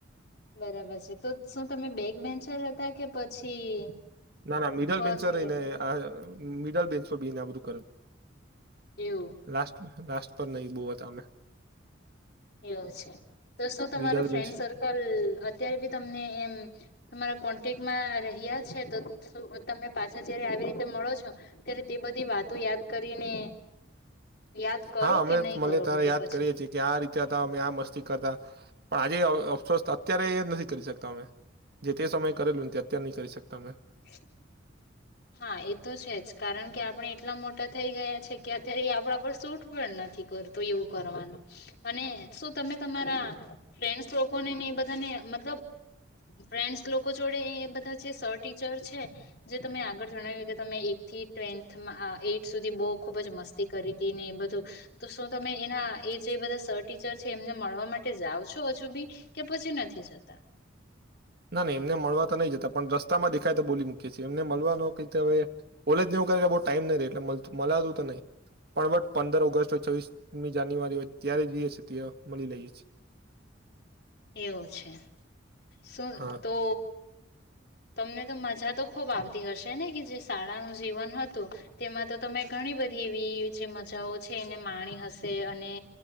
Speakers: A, on the left; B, on the right.
A: બરાબર છે તો શું તમે બેગ બેન્ચર હતા કે પછી
B: ના ના મિડલ
A: ફર્સ્ટ
B: બેન્ચર રહીને
A: બેન્ચ
B: આ મિડલ બેન્ચો બીને આ બધું કર
A: એવું
B: લાસ્ટ લાસ્ટ નહીં બો હતા અમે
A: એવ છે તો શું તમારો
B: મિડલ
A: ફ્રેન્ડ
B: બેન્ચ
A: સર્કલ અત્યારે બી તમને એમ તમારો કોન્ટેક મા રહ્યા છે તો તમે પાછા જયારે આવી રીતે મળો છો ત્યારે તે બધી વાતો યાદ કરીને યાદ કરો
B: હા અમે
A: કે નહી
B: મલિયે
A: કરો
B: તારે
A: કે
B: યાદ
A: પછી
B: કરીએ છીએ કે આ રીતે હતા અમે આ મસ્તી કરતા પણ આજે અફસોસ અત્યારે એ નથી કરી શકતા અમે જે તે સમય કરેલું નથી અત્યારે નહી કરી શકતા અમે
A: <inaudible> હા એ તો છે જ કારણ કે આપણે એટલા મોટા થઈ ગયા છે કે અત્યારે એ આપણા પર શૂટ પણ નથી કરતુ એવું કરવાનું અને શું તમે તમારા ફ્રેન્ડસ લોકોને ને એ બધાને મતલબ ફ્રેન્ડસ લોકો જોડે એ બધા જે સર ટીચર છે જે તમે આગ જણાવ્યું કે તમે એ થી ટવેન્થમાં એથ સુધી બહુ ખુબ જ મસ્તી કરી હતી ને એ બધું તો શું તમે એના એ જે બધા સર ટીચર છે એમને મળવા માટે જાઓ છો હજુ બી કે પછી નથી જતા
B: ના ના એમને મળવા તો નહી જતા પણ રસ્તામાં દેખાય તો બોલી મૂકીએ છીએ એમને મળવાનો ક હવે બોલે જ નવું કરે કે બહુ ટાઈમ નહીં ર એટલે મળતું તો નહીં પણ બટ પંદર ઓગસ્ટ હોય છવીસ ની જાન્યુઆરી હોય ત્યારે જઈ શકીયે ત્યારે મળી લઈએ છે
A: એવું છે શું
B: હા
A: તો તમને તો મજા તો ખુબ આવતી હશે ને કે જે શાળાનું જીવન હતું તેમાં તો તમે ઘણી બધી એવી જે મજાઓ છે એને માણી હશે અને